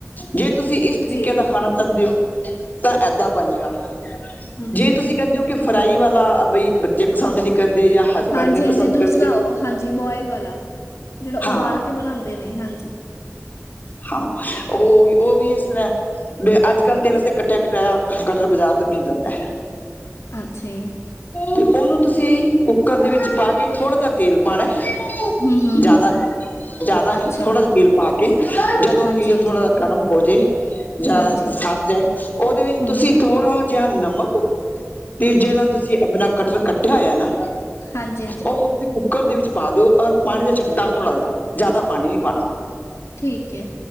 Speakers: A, on the left (about 35°); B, on the left (about 75°).
A: ਜੇ ਤੁਸੀਂ ਏਸ ਤਰੀਕੇ
B: ਠੀਕ,
A: ਦਾ ਖਾਣਾ ਚਾਂਦੇ ਓ ਤਾਂ ਏਦਾਂ ਬਣੇਗਾ
B: ਹੂੰ,
A: ਜੇ
B: ਹੂੰ
A: ਤੁਸੀਂ ਕੈਂਦੇ ਓ ਕੇ ਫਰਾਈ ਵਾਲਾ ਬਈ ਬੱਚੇ ਪਸੰਦ ਨੀ ਕਰਦੇ ਜਾਂ ਹਸਬੈਂਡ
B: ਹਾਂਜੀ-ਹਾਂਜੀ
A: ਨਹੀਂ ਪਸੰਦ
B: ਦੂਸਰਾ
A: ਕਰਦੇ
B: ਓ ਹਾਂਜੀ ਬੋਇਲ ਵਾਲਾ ਜੇੜਾ
A: ਹਾਂ
B: ਉਬਾਲ ਕੇ ਬਣਾਦੇ ਨੇ ਹਾਂਜੀ।
A: ਹਾਂ ਓ ਓਵੀ ਏਸ ਤਰ੍ਹਾਂ ਐ ਅੱਜ ਕਲ ਤੇ ਵੈਸੇ ਕੱਟੇਆ ਕਟਾਏਆ ਕਟਰ ਬਾਜ਼ਾਰ ਤੋਂ ਮੇਲ ਜਾਂਦਾ ਐ
B: ਅੱਛਾ ਜੀ
A: ਤੇ ਓਨੂੰ ਤੁਸੀਂ ਕੁੱਕਰ ਦੇ ਵਿੱਚ ਪਾ ਕੇ ਥੋੜਾ ਜਾ ਤੇਲ ਪਾਣਾ ਐ,
B: ਹਮ ਹਮ
A: ਜਾਦਾ
B: ਹਮ
A: ਨੀ ਜਾਦਾ ਨੀ
B: ਅੱਛਾ
A: ਥੋੜ੍ਹਾ ਜਾ ਤੀਲ ਪਾ ਕੇ ਜਦੋਂ
B: ਹਾਂਜੀ
A: ਤੇਲ
B: ਹਾਂਜੀ
A: ਥੋੜਾ ਗਰਮ ਹੋ ਜੇ ਜਾ
B: ਹਾਂਜੀ
A: ਸੜ ਜਾਏ ਓਦੇ ਵੇਚ
B: ਹਮ
A: ਤੁਸੀਂ ਥੋੜਾ ਜਾਂ ਨਮਕ ਤੇ
B: ਹਮ ਹਮ
A: ਜੇੜਾ ਤੁਸੀਂ ਅਪਣਾ ਕਟਰ ਕੱਟੇਆ ਹੋਏਆ ਨਾ
B: ਹਾਂਜੀ ਹਾਂਜੀ
A: ਓ ਥੇ ਕੁੱਕਰ ਦੇ ਵੀਚ ਪਾ ਦੋ ਔਰ ਪਾਣੀ ਦਾ ਛੱਟਾ ਥੋੜਾ ਜ, ਜਾਦਾ ਪਾਣੀ ਨੀ ਪਾਣਾ।
B: ਠੀਕ ਏ।